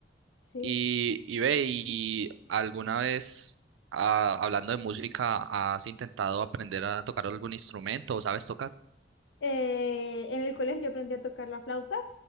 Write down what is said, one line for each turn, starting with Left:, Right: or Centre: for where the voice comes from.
Left: sí.
Right: Y, y ve, ¿y alguna vez, ah, hablando de música, has intentado aprender a tocar algún instrumento o sabes tocar?
Left: Eh, en el colegio yo aprendí a tocar la flauta